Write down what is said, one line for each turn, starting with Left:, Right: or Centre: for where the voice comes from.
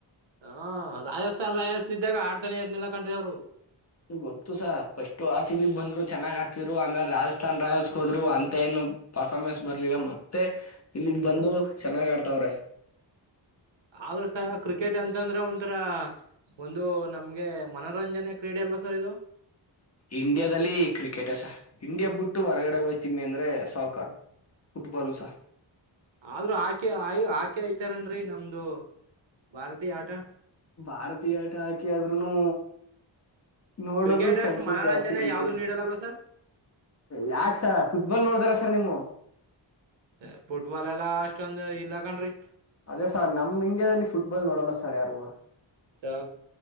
Right: ಹಾ ರಾಜಸ್ಥಾನ್ ರಾಯಲ್ಸ್ ಇದ್ದಾಗ ಆಡ್ತಾನೆ ಇರ್ನಿಲ್ಲ ಕಣ್ರಿ ಅವ್ರು.
Left: ಗೊತ್ತು sir first R C B ಗೆ ಬಂದ್ರು ಚೆನ್ನಾಗಿ ಆಡ್ ತ್ತಿರು ಆಮೇಲೆ ರಾಜಸ್ಥಾನ್ ರಾಯಲ್ಸ್ ಗೆ ಹೋದ್ರು ಅಂತ ಏನು ಪರ್ಫಾರ್ಮೆನ್ಸ್ ಬರ್ಲಿಲ್ಲ ಮತ್ತೆ. ಇಲ್ಲಿಗ್ ಬಂದು ಚೆನ್ನಾಗ್ ಆಡ್ತಾವ್ರೆ.
Right: ಆದ್ರೂ ಸರ್ ಕ್ರಿಕೆಟ್ ಅಂತಂದ್ರೆ ಒಂಥರಾ ಒಂದು ನಮ್ಗೆ ಮನೋರಂಜನೆ ಕ್ರೀಡೆ ಅಲ್ವಾ ಸರ್ ಇದು.
Left: ಇಂಡಿಯಾದಲ್ಲಿ ಕ್ರಿಕೆಟ್ ಸರ್ ಇಂಡಿಯಾ ಬುಟ್ಟು ಹೊರಗಡೆ ಹೋಯ್ತ್ ತೀವೆ ಅಂದ್ರೆ ಸಾಹಕಾರರ್ ಫುಟ್ಬಾಲು ಸರ್-
Right: ಆದ್ರೂ ಹಾಕೆ ಆಯ್ ಹಾಕಿ ಆಯ್ತಾರನ್ರಿ ನಮ್ದು ಭಾರತೀಯ ಆಟ.
Left: ಭಾರತೀಯ ಆಟ ಹಾಕಿ ಆದ್ರುನೂ. ನೋಡೋದು
Right: ಕ್ರಿಕೆಟ್
Left: ಸಂಖ್ಯೆ
Right: ಅಷ್ಟು ಮನೋರಂಜನೆ
Left: ಜಾಸ್ತಿ ಕ್ರಿಕೆಟ್
Right: ಯಾವ್ದು ನೀಡಲ್ಲಲ್ವ
Left: ಸರ್. ಯಾಕ್ ಸರ್ ಪುಟ್ಬಾಲ್ ನೋಡ್ತಾರ ಸರ್ ನಿಮ್ಮು
Right: ಹೆ ಪುಟ್ಬಾಲ್ ಎಲ್ಲಾ ಅಷ್ಟೊಂದು ಇಲ್ಲಾ ಕಣ್ರೀ
Left: ಅದೇ ಸರ್ ನಮ್ ಇಂಡಿಯಾದಲ್ಲಿ ಪುಟ್ಬಾಲ್ ನೋಡಲ್ಲ ಸರ್ ಯಾರುವ
Right: ಹಾ